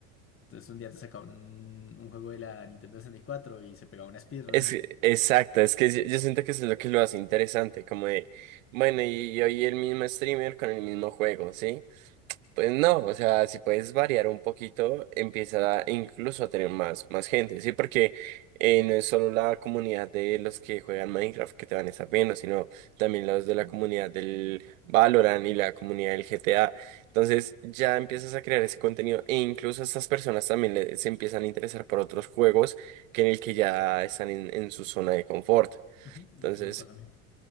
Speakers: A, on the left (about 30°); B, on the right (about 65°).
A: Entonces un día te sacaba un, un juego de la Nintendo 64 y cuatro y se pegaba una speedrun.
B: Es que- exacto, es que yo, yo siento que eso es lo que lo hace interesante, como de, bueno, y, y hoy el mismo streamer con el mismo juego, ¿sí? Pues no, o sea, si puedes variar un poquito, empieza a- incluso a tener más, más gente, ¿sí? Porque eh, no es solo la comunidad de los que juegan Minecraft que te van a estar viendo, sino también los de la comunidad del Valorant y la comunidad del GTA. Entonces ya empiezas a crear ese contenido e incluso estas personas también le- se empiezan a interesar por otros juegos que en el que ya están en, en su zona de confort.
A: Ujú, De
B: Entonces
A: hecho, eso me pasó a mí.